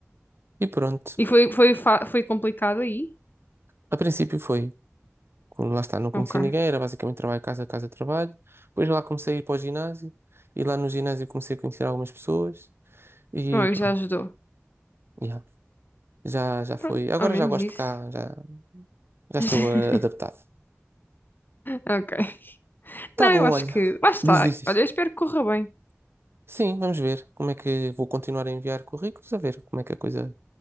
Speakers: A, on the right; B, on the left.
A: E pronto,
B: E foi, foi, fa- foi complicado aí?
A: a princípio foi. Como lá está, não conheci
B: Ok.
A: ninguém, era basicamente trabalho, casa, casa, trabalho. Depois lá comecei a ir para o ginásio e lá no ginásio comecei a conhecer algumas pessoas e
B: Oh,
A: pronto,
B: já ajudou.
A: yeah, já, já
B: Pronto,
A: foi. Agora
B: ao menos
A: já gosto
B: isso.
A: de cá, já, já estou
B: <laughs>
A: eh, adaptado.
B: Ok.
A: Tá
B: Não,
A: bom,
B: eu acho
A: olha.
B: que. Lá está.
A: Diz, diz, diz.
B: Olha, eu espero que corra bem.
A: Sim, vamos ver como é que vou continuar a enviar currículos, a ver como é que a coisa